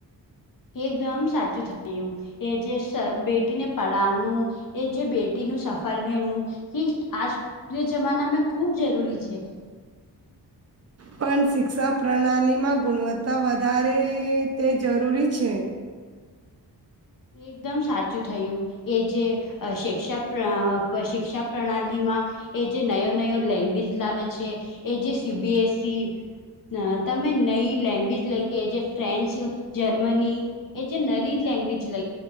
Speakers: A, on the left; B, on the right.
A: એકદમ સાચું થયું. એ જે સ બેટીને પડાવણું એ જે બેટીનું સફળ વેણું. હ આજના જમાનામાં ખૂબ જરૂરી છે.
B: પણ શિક્ષા પ્રણાલીમાં ગુણવત્તા વધારે તે જરૂરી છે.
A: એકદમ સાચું થયું. એ જે શિક્ષા શિક્ષા પ્રણાલીમાં. એ જે નયો નયો લેંગ્વેજ લાવે છે એ જે સીબીએસઇ. અ તમે નઈ લેંગ્વેજ લઈતી જે ફ્રેન્ચ જર્મની. એ જે નરી લેંગ્વેજ. લ